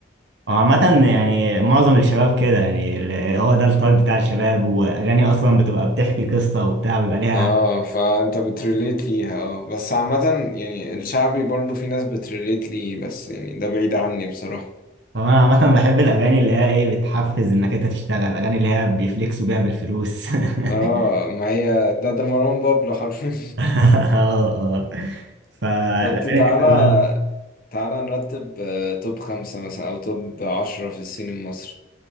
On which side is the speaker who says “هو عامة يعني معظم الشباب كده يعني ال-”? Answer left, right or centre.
Right